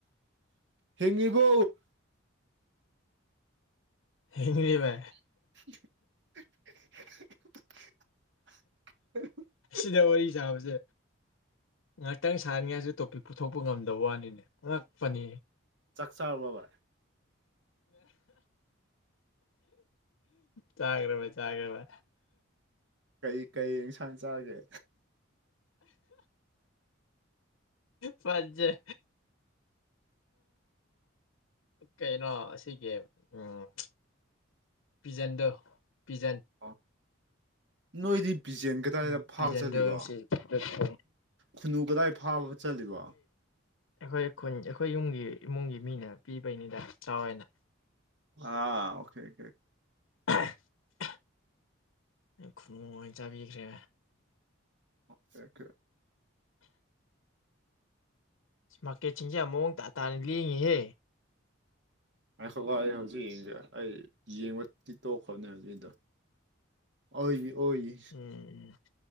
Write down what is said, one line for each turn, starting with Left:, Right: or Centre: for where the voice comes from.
Right: ꯍꯤꯡꯉꯤꯕꯣ
Left: ꯍꯕ
Right: ꯍꯥ ꯍꯥ ꯍꯥ ꯍꯥ ꯍꯥ ꯍꯥ
Left: ꯁꯤꯗ ꯋꯥꯔꯤ ꯁꯥꯕꯁꯦ ꯉꯥꯛꯇꯪ ꯁꯥꯔꯤꯉꯥꯏꯁꯨ ꯇꯣꯄꯤꯛ ꯄꯨꯊꯣꯛꯄ ꯉꯝꯗꯕ ꯋꯥꯅꯤꯅꯦ ꯑꯉꯛꯄꯅꯤ
Right: ꯆꯥꯛ ꯆꯥꯔꯕ ꯕꯥꯏ
Left: ꯆꯥꯒ꯭ꯔꯃꯦ ꯆꯥꯒ꯭ꯔꯃꯦ
Right: ꯀꯩ ꯀꯩꯡ ꯁꯥꯟ ꯆꯥꯒꯦ
Left: ꯐꯖꯩ ꯀꯩꯅꯣ ꯑꯁꯤꯒꯤ ꯎꯝ ꯄꯤꯖꯟꯗꯣ ꯄꯤꯖꯟ
Right: ꯑ ꯅꯣꯏꯗꯤꯞ ꯄꯤꯖꯦꯟ ꯀꯗꯥꯏꯗ
Left: ꯎꯝ
Right: ꯐꯥꯕ
Left: ꯄꯤꯖꯟꯗꯣ
Right: ꯆꯜꯂꯤꯠꯂꯤꯕ
Left: ꯉꯁꯤ ꯑꯩꯈꯣꯏ
Right: ꯈꯨꯟꯅꯨ ꯀꯗꯥꯏ ꯐꯥꯕ ꯆꯜꯂꯤꯠꯂꯤꯕ
Left: ꯑꯩꯈꯣꯏ ꯈꯨꯟ ꯑꯩꯈꯣꯏ ꯌꯨꯝꯒꯤ ꯏꯃꯨꯡꯒꯤ ꯃꯤꯅ ꯄꯤꯕꯩꯅꯤꯗ ꯆꯥꯎꯔꯏꯅ
Right: ꯑ ꯑꯣꯦꯦꯦ
Left: <inaudible> ꯈꯨꯅꯨꯃ ꯆꯥꯕꯤꯈ꯭ꯔꯦ
Right: ꯊꯦꯡ
Left: ꯃꯥꯀꯦꯠꯁꯤꯡꯁꯦ ꯑꯃꯨꯑꯣꯡ ꯇꯇꯥꯥꯅ ꯂꯦꯡꯉꯤꯍꯦ
Right: ꯍꯥꯏꯈꯣꯀ ꯑꯩ ꯍꯧꯖꯤꯛ ꯌꯦꯡꯁꯦ ꯑꯩ ꯌꯦꯡꯕꯗꯤ ꯇꯣꯛꯈ꯭ꯔꯕꯅꯦ ꯍꯧꯖꯤꯛꯗ ꯑꯩꯒꯤ ꯑꯣꯏ ꯏ
Left: ꯎꯝ